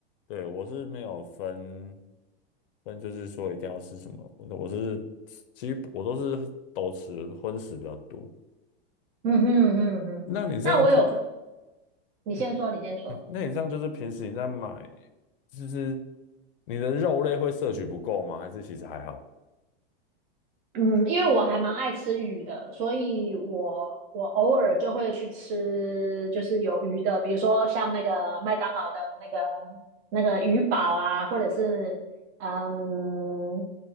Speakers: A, on the left; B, on the right.
A: 对我是没有分，但就是说一定要吃什么，我我是基我都是都吃荤食比较多。
B: 嗯哼嗯哼，
A: 那你这样平，
B: 那我有分，你先说，
A: 哎
B: 你先说，
A: 嗯那你这样就是平时你在买，
B: 嗯。
A: 就是你的肉类会摄取不够吗？还是其实还好？
B: 嗯，因为我还蛮爱吃鱼的，所以我我偶尔就会去吃，就是有鱼的，比如说像那个麦当劳的那个那个鱼堡啊，或者是嗯，